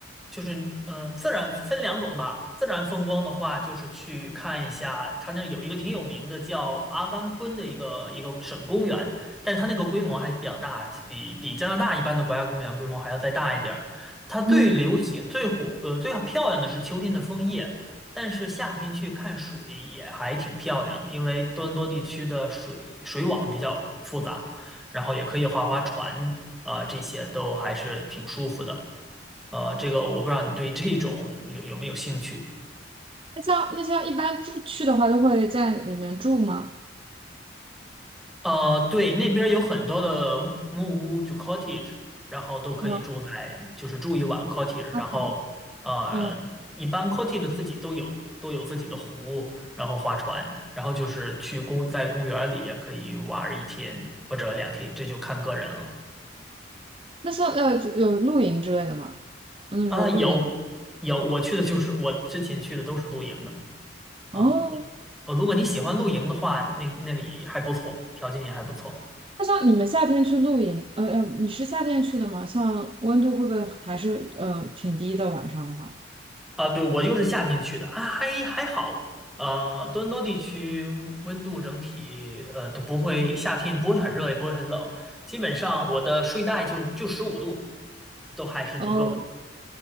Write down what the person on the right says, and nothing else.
嗯，
那像那像一般住去的话，都会在里面住吗？
有，
阿嗯，
那像呃有露营之类的吗？有那种露营
哦，
那像你们夏天去露营，呃呃，你是夏天去的吗？像温度会不会还是呃挺低的？晚上的话，
哦，